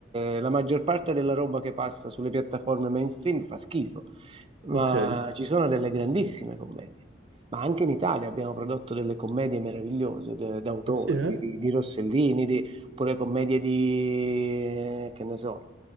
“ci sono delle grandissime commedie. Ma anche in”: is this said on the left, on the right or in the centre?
Right